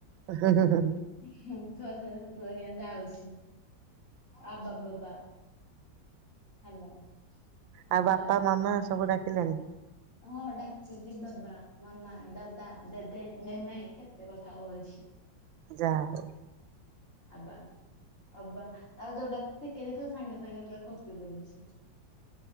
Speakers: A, on the right (about 80°); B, on the left (about 40°).
A: ଉଁ ହୁଁ ହୁଁ ହୁଁ।
B: <unintelligible> ଯାଉଛୁ ଅବା ବାବା ହାଲୋ <inaudible>
A: ଆଉ ବାପା ମାମା ସବୁ ଡାକିଲେଣି
B: ହଁ ଡାକୁ କି ବାବା ମାମା ଦାଦା ଦେଦେ ନେନେ କେତେ କଥା କେହୁଛି।
A: ଯା ହଉ।
B: ଆବାା ଆବା ତା ଯୋଉଟା ଶିଖେଇ ଦେଇଥ ସାଙ୍ଗେ ସାଙ୍ଗେ ପୁରା କପି କରଛି ସିଏ